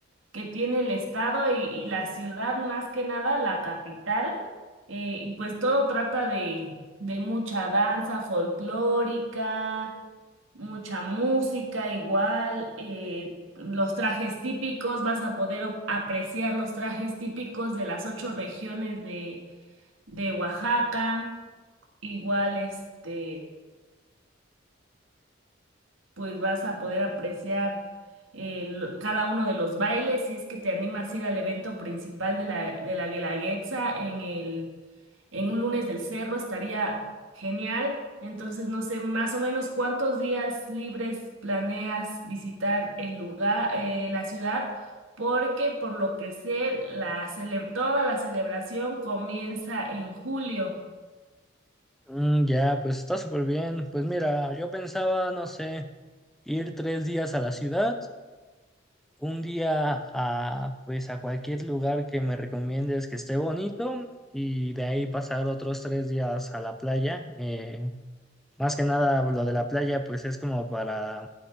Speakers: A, on the right (about 80°); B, in the centre.
A: que tiene el estado y, y la ciudad, más que nada, la capital, eh, y pues todo trata de, de mucha danza folclórica, mucha música igual, eh, los trajes típicos, vas a poder op- apreciar los trajes típicos de las ocho regiones de, de Oaxaca, igual este pues vas a poder apreciar el- cada uno de los bailes si es que te animas a ir al evento principal de la, de la Guelaguetza en el, en un lunes del cerro, estaría genial. Entonces, no sé, más o menos cuántos días libres planeas visitar el lugar, eh, la ciudad, porque por lo que sé, la cele- toda la celebración comienza en julio.
B: Mm, ya, pues está súper bien. Pues mira, yo pensaba, no sé, ir tres días a la ciudad un día a, pues, a cualquier lugar que me recomiendes que esté bonito y de ahí pasar otros tres días a la playa. Eh, más que nada lo de la playa pues es como para